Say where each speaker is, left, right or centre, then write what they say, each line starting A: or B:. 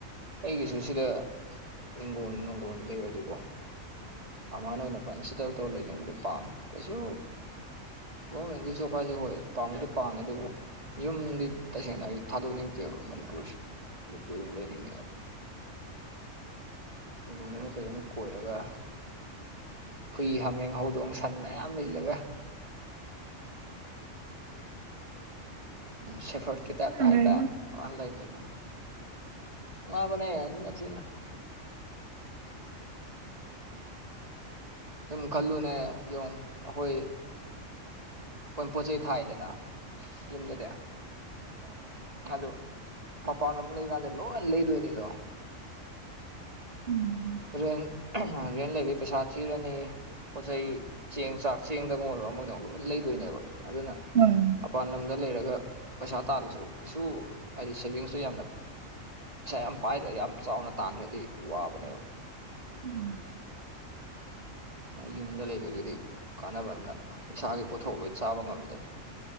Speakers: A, on the right (about 30°); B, on the right (about 55°).
A: ꯑꯩꯒꯤꯁꯨ ꯁꯤꯗ ꯍꯤꯡꯒꯣꯟ ꯅꯨꯡꯒꯣꯜ ꯂꯩꯔꯗꯤꯀꯣ ꯑꯅ ꯑꯣꯏꯅ ꯐꯅ ꯁꯦꯇꯜ ꯇꯧꯔ ꯂꯩꯅꯤꯡꯕꯗꯨ ꯄꯥꯝꯃꯦ ꯀꯩꯁꯨ ꯒꯣꯔꯃꯦꯟꯒꯤꯁꯨꯖꯣꯕ ꯍꯥꯏꯁꯦ ꯍꯣꯏ ꯄꯥꯝꯕꯗꯤ ꯄꯥꯝꯉꯦ ꯑꯗꯨꯕꯨ ꯌꯨꯝꯗꯤ ꯇꯁꯦꯡꯅ ꯑꯩ ꯊꯥꯗꯣꯛꯅꯤꯡꯗꯦꯕ ꯃꯅꯤꯄꯨꯔꯁꯦ ꯃꯅꯤꯄꯨꯔ ꯑꯗꯨꯝ ꯂꯩꯅꯤꯡꯉꯦꯕ ꯈꯨꯡꯒꯣꯟꯅꯈꯩ ꯑꯗꯨꯝ ꯀꯣꯏꯔꯒ ꯍꯨꯏ ꯍꯥꯃꯦꯡ ꯍꯧꯗꯣꯡ ꯁꯟ ꯃꯌꯥꯝ ꯂꯩꯂꯒ ꯑ ꯎꯝ ꯁꯦꯐ꯭ꯔꯣꯠꯀꯤ ꯇꯥꯏꯞꯇ
B: ꯍꯣꯏ
A: ꯍꯥꯏꯇꯥꯔꯦꯅ ꯂꯩꯕꯗꯣ ꯃꯥꯕꯅꯦ ꯑꯗꯨ ꯁꯤꯅ ꯁꯨꯝ ꯈꯜꯂꯨꯅꯦ ꯌꯦ ꯑꯩꯈꯣꯏ ꯑꯩꯈꯣꯏ ꯄꯣꯠ ꯆꯩꯩ ꯊꯥꯏꯗꯅ ꯌꯨꯝꯗꯨꯗꯤ ꯑꯗꯨ ꯃꯄꯥꯟ ꯑꯃ ꯂꯩꯀꯥꯟꯗ ꯂꯣꯏ ꯂꯩꯗꯣꯏꯅꯤꯗ
B: ꯎꯝ
A: ꯔꯦꯟ ꯔꯦꯟ ꯂꯩꯕꯒꯤ ꯄꯩꯁꯥ ꯊꯤꯔꯅꯤ ꯄꯣꯠꯆꯩ ꯆꯦꯡ ꯆꯥꯛ ꯆꯦꯡꯗꯒ ꯑꯣꯏꯔꯣ ꯑꯃꯗꯧ ꯂꯣꯏ ꯂꯩꯗꯣꯏꯅꯦꯕ ꯑꯗꯨꯅ
B: ꯍꯣꯏ
A: ꯃꯄꯥꯥꯟ ꯂꯝ ꯗ ꯂꯩꯔꯒ ꯄꯩꯁꯥ ꯇꯥꯜꯂꯁꯨ ꯀꯩꯁꯨ ꯍꯥꯏꯗꯤ ꯁꯦꯚꯤꯡꯁꯇ ꯌꯥꯝꯅ ꯌꯥꯝ ꯄꯥꯏ ꯌꯥꯝ ꯆꯥꯎꯅ ꯇꯥꯟꯈ꯭ꯔꯗꯤ ꯋꯥꯕꯅꯦꯕ
B: ꯎꯝ
A: ꯌꯨꯝꯗ ꯂꯩꯕꯒꯤꯗꯤ ꯀꯥꯟꯅꯕ ꯑꯝꯅ ꯏꯁꯥꯒꯤ ꯄꯣꯠꯊꯣꯛ ꯂꯣꯏ ꯆꯥꯕ ꯉꯝꯃꯤꯗꯅ